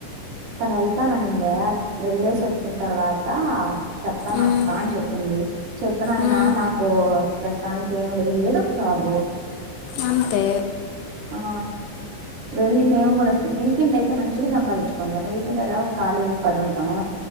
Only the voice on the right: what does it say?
తనెళ్తాననిందీ వెళ్ళేసి ఒచ్చిన్ తర్వాత చెప్తానక్కా
అన్జెప్పింది చెప్పునాయనా
మాకూ ప్రస్తుతానికి ఏమిలే ఏదొక జాబు
ఆ వెళ్లి మేం గూడొస్తం వీకెండయితే మంచిగ సంపాదించుకోచ్చని వీకెండ్ ఎలాగు ఖాళీయే పడుంటాము